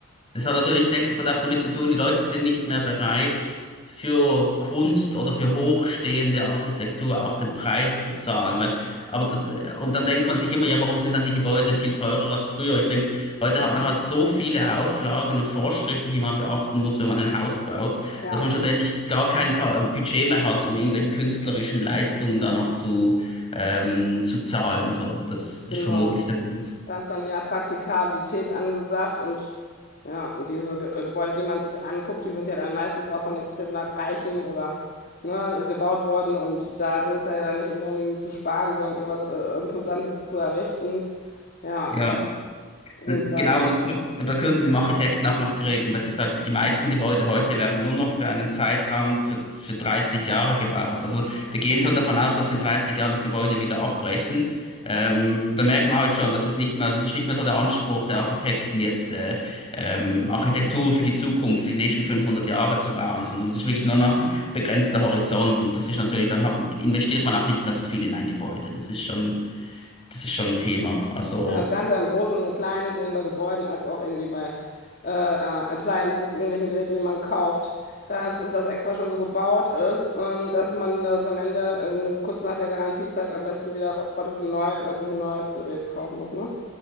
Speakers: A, on the left (about 30°); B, on the left (about 45°).
A: Das hat natürlich, ich denke, das hat auch damit zu tun, die Leute sind nicht mehr bereit, für Kunst oder für hochstehende Architektur auch den Preis zu zahlen. Weil, aber das, und dann denkt man sich immer, ja, warum sind dann die Gebäude viel teurer als früher? Ich denke, heute hat man halt so viele Auflagen und Vorschriften, die man beachten muss, wenn man ein Haus baut,
B: Ja.
A: dass man schlussendlich gar kein Ka- Budget mehr hat, um irgendwelche künstlerischen Leistungen da noch zu, ähm, zu zahlen. So, das ist
B: Genau.
A: vermutlich der Grund.
B: Da ist dann eher Praktikabilität angesagt und ja, und diese Ge äh, Gebäude, die man sich anguckt, die sind ja dann meistens auch von extrem la- Reichen oder ne, gebaut worden und da ging es ja dann nicht irgendwie zu sparen, sondern irgendwas äh, Imposantes zu errichten. Ja,
A: Ja.
B: und
A: Genau,
B: dann.
A: das habe ich bei kürzlich mit dem Architekten auch noch geredet und er hat gesagt, dass die meisten Gebäude heute werden nur noch für einen Zeitraum für, für 30 Jahre gebaut. Also die gehen schon davon aus, dass in 30 Jahren das Gebäude wieder abbrechen. Ähm, da merkt man halt schon, dass es nicht mehr, das ist nicht mehr so der Anspruch der Architekten jetzt äh, ähm, Architektur für die Zukunft, für die nächsten 500 Jahre zu bauen, sondern es ist wirklich nur noch <laughs> begrenzter Horizont und das ist natürlich, dann hab, investiert man auch nicht mehr so viel in ein Gebäude. Das ist schon, das ist schon ein Thema. Also
B: Ja, das Ganze im Großen und Kleinen sehen bei Gebäuden als auch irgendwie bei äh, äh, Appliances, irgendwelchen Geräten, die man kauft, dass das extra schon so gebaut ist, ähm, dass man das am Ende ähm, kurz nach der Garantiezeit am besten wieder verschrottet und neu, was ich ein neues Gerät kaufen muss, ne?